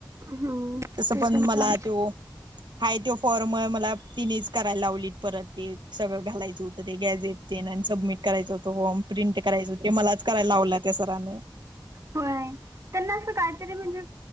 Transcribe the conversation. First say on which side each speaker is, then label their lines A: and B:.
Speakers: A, on the right; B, on the right.
A: हम्म
B: <unintelligible> तसं
A: ते
B: पण
A: तर
B: मला
A: चाल
B: त्यो. <inaudible> हाय त्यो फॉर्म आहे मला तिनीच करायला लावलीत. परत ते सगळं घालायचं होतं. ते गॅझेट तेन आणि सबमिट करायचं होतं. फॉर्म <unintelligible> प्रिंट करायचं ते मलाच. करायला लावला त्या सरान.
A: होय त्यांना असं काहीतरी म्हणजे